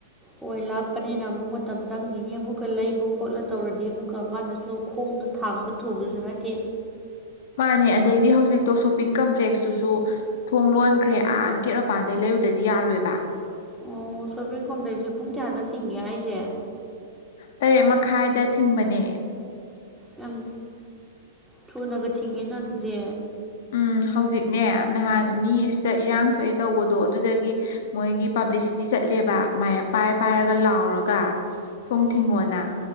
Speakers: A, in the centre; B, on the left.
A: ꯍ ꯂꯥꯞꯄꯅꯤꯅ ꯑꯃꯨꯛ ꯃꯇꯝ ꯆꯪꯉꯤꯅꯤ ꯑꯃꯨꯛꯀ ꯂꯩꯕ ꯈꯣꯠꯂ ꯇꯧꯔꯗꯤ ꯑꯃꯨꯛꯀ ꯃꯥꯅꯁꯨ ꯈꯣꯡꯗ ꯊꯥꯡꯕ ꯊꯨꯕꯁꯨ ꯅꯠꯇꯦ
B: ꯃꯥꯅꯦ ꯑꯗꯩꯗꯤ ꯍꯧꯖꯤꯛꯇꯣ ꯁꯣꯞꯄꯤꯡ ꯀꯝꯄ꯭ꯂꯦꯛꯁꯇꯨꯁꯨ ꯊꯣꯡ ꯂꯣꯟꯈ꯭ꯔꯦ ꯑꯥ ꯒꯦꯠ ꯃꯄꯥꯟꯗꯩ ꯂꯩꯔꯨꯗꯗꯤ ꯌꯥꯔꯣꯏꯕ꯫
A: ꯑꯣ ꯁꯣꯄꯤꯡ ꯀꯣꯝꯗꯩꯁꯦ ꯄꯨꯡ ꯀꯌꯥꯗ ꯊꯤꯡꯒꯦ ꯍꯥꯏꯁꯦ
B: ꯇꯔꯦꯠ ꯃꯈꯥꯏꯗ ꯊꯤꯡꯕꯅꯦ
A: ꯌꯥꯝ ꯊꯨꯅꯒ ꯊꯤꯡꯉꯤꯅ ꯑꯗꯨꯗꯤ
B: ꯎꯝ ꯍꯧꯖꯤꯛꯅꯦ ꯅꯍꯥꯟ ꯃꯤ ꯑꯁꯤꯗ ꯏꯔꯥꯡ ꯊꯣꯛꯑꯦ ꯇꯧꯕꯗꯣ ꯑꯗꯨꯗꯒꯤ ꯃꯣꯏꯒꯤ ꯄꯥꯕ꯭ꯂꯤꯁꯤꯇꯤ ꯆꯠꯂꯦꯕ ꯃꯥꯌꯦꯞ ꯄꯥꯏꯔ ꯄꯥꯏꯔꯒ ꯂꯥꯎꯔꯒ
A: ꯑꯣ
B: ꯊꯣꯡ ꯊꯤꯡꯉꯣꯅ